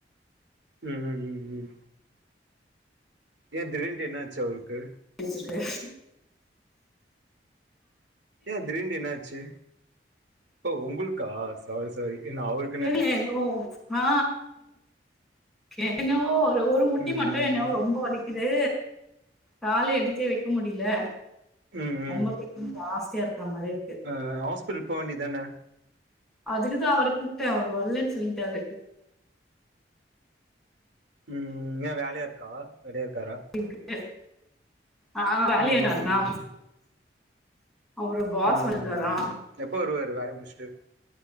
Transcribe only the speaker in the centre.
பேச்சிருக்கார்
தெரில எதோ ஆ என்னவோ ஒரு ஒரு முட்டி
மட்டு என்னவோ ரொம்ப வலிக்குது காலே எடுத்து வெக்க முடியல
ரொம்ப ஜாஸ்தியா இருக்க மாதிரி இருக்கு
அதுக்குதா அவரை கூப்பிட்டே அவர் வரலன்னு சொல்லிட்டாரு
இருக்கு ஆ வேலய
இருக்காருதா
அவரு பாஸ்
வந்துருக்காறா